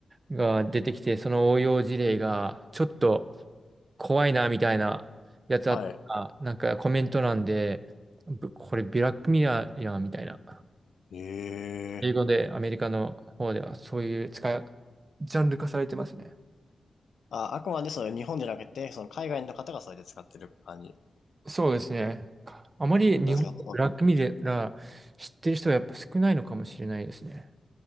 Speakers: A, on the right; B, on the left.
A: が出てきて、その応用事例が、ちょっと怖いな、みたいなやつあったら、
B: はい。
A: なんかコメント欄で、ぶこれブラックミラーやん、みたいな。
B: ええ。
A: 英語でアメリカの方ではそういう使い、ジャンル化されてますね。
B: あ、あくまでそれ日本じゃなくて、その海外の方がそれで使ってる感じ
A: そうですね。あまり日本でブラックミラー知ってる人はやっぱ少ないのかもしれないですね。
B: なんですか